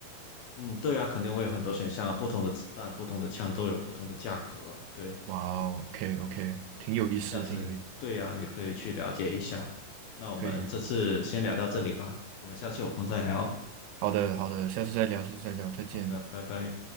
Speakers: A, on the left; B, on the right.
A: 嗯，对啊，肯定会有很多选项啊，不同的子弹、不同的枪都有不同的价格。对，
B: 哇哦，OK OK，
A: 所以
B: 挺有意思，
A: 下次对呀，
B: 挺有意思，
A: 你可以去了解一下。那我们这次先聊到这里吧，
B: 可以可以，
A: 我们下次有空再聊。
B: 好的好的，下次再聊，下次再聊，再见。
A: 好的，拜拜。